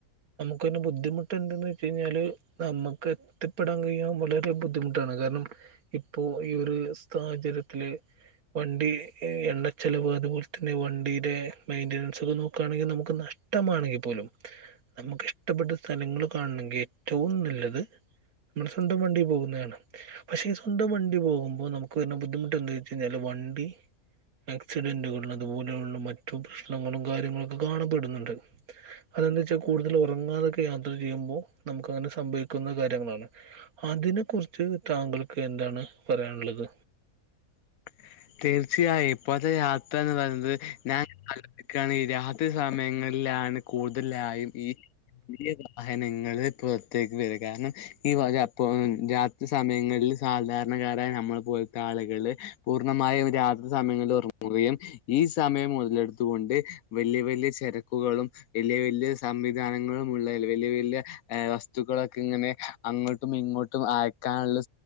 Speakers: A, on the right; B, on the left.
A: നമുക്ക് തന്നെ ബുദ്ധിമുട്ട് എന്തന്ന് വെച്ച് കഴിഞ്ഞാല് നമ്മ ക്ക എത്തിപ്പെടാൻ കഴിയാൻ വളരെ ബുദ്ധിമുട്ടാണ്, കാരണം ഇപ്പോ ഈ ഒരു സാഹചര്യത്തില് വണ്ടി എണ്ണച്ചെലവ് അതുപോലെ തന്നെ വണ്ടിടെ മെയിന്റനൻസ് ഒക്കെ നോക്കയാണെങ്കിൽ നമുക്ക് നഷ് ഇഷ്ടമാണെങ്കിൽ പോലും നമുക്കിഷ്ടപ്പെട്ട സ്ഥലങ്ങള് കാണണങ്കി ഏറ്റവും നല്ലത് അ നമ്മുടെ സ്വന്തം വണ്ടി പോകുന്നയാണ്, പഷേ ഈ സ്വന്തം വണ്ടി പോകുമ്പോ നമുക്ക്ന്നെ ബുദ്ധിമുട്ട് എന്താ വെച്ച് കഴിഞ്ഞാല് വണ് ന്തി ആക്സിഡന്റുകള് അതുപോലെയുള്ള മറ്റു പ്രശ്നങ്ങളും കാര്യങ്ങളൊക്കെ കാണപ്പെടുന്നുണ്ട്. അത് എന്താ വെച്ച കൂടുതൽ ഒറാങ്ങാതൊക്കെ യാത്ര ചെയ്യുമ്പോ നമുക്ക് അങ്ങനെ സംഭവി ക്കുന്ന കാര്യങ്ങളാണ് അതിനെ കുുറിച്ച് താങ്കൾക്ക് എന്താണ് പറയാനുള്ളത്
B: <inaudible> തീർച്ചയായും ഇപ്പോഴത്തെ യാത്ര എന്ന് പറയുന്നത് ഞാൻോിക്കാണ് ഈ രാത്രി സമയങ്ങളിലാണ് കൂടുതലായും ഈ വലിയ വാഹനങ്ങ പുറത്തേക്ക് വരും കാരണം ഈപ്പോ രാത്രി സമയങ്ങളിൽ സാധാരണക്കാരായ നമ്മള് പോലത്തെ ആളുകള് പൂർണ്ണമായും രാത്രി സമയങ്ങളിൽ റങ്ങുകയും ഈ സമയം മുതലെടുത്തുകൊണ്ട് വലിയ വലിയ തിരക്കുകളും വലിയ വലിയ സംവിധാനങ്ങളും ഉള്ളതി വലിയ വലിയ വസ്തുക്കളൊക്കെ ഇങ്ങനെ അങ്ങോട്ടും ഇങ്ങോട്ടും അയക്കാനുള്ള